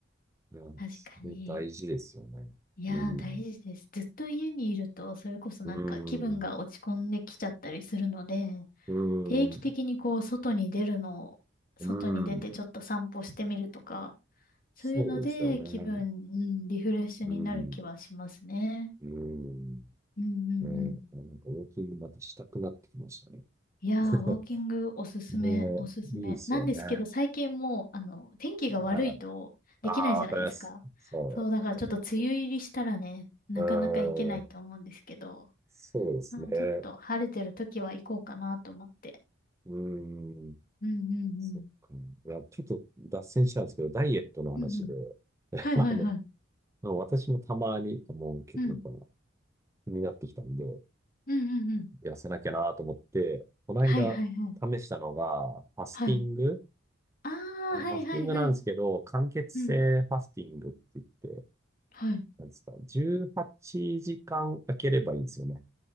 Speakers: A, on the right; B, on the left.
A: いや、
B: 確かに。
A: それ大事ですよね。
B: いやー、
A: うん、
B: 大事です。ずっと家にいると、それこそなんか気分が落ち込んできちゃったりするので、
A: うん、う
B: 定期的にこう、
A: ん、
B: 外に出るのを、外に出てちょっと散歩してみるとか、
A: うん、そうですよね。
B: そういうので気分、うん、リフレッシュになる気はしますね。
A: うん。うん。
B: うんうんうん。
A: ねえ、なんかウォーキングまたしたくなってきましたね。
B: いやー、
A: <laughs>
B: ウォーキングおすすめ、
A: ね
B: おすすめ。
A: え、いいですよね。
B: なんですけど、最近もう、あの、天気が悪いとできないじゃないですか。
A: ああ、わかります。そう、
B: そう、だからちょっと梅雨入りしたらね、
A: そうなんですよ。
B: なかなか行けないと思うんですけど、
A: うーん、そうですね。
B: うちょっと晴れてる時は行こうかなと思って。
A: うーん、
B: うんうんうん。
A: そっか。いや、ちょっと脱線しちゃうんですけど、ダイエットの話で、
B: うんうん。
A: <laughs>
B: はいはいはい。
A: あの、私もたまに、もう結構やっぱ
B: うん。
A: 気になってきたんで、
B: うんうんうん。
A: 痩せなきゃなと思って、この間試したのが、
B: はいはいはい。
A: ファスティング
B: はい。ああ、
A: あのファスティングなんですけど、
B: はいはいはい。
A: 間欠性ファスティングって言って、
B: うん。はい。
A: なんですか、18時間空ければいいんですよね。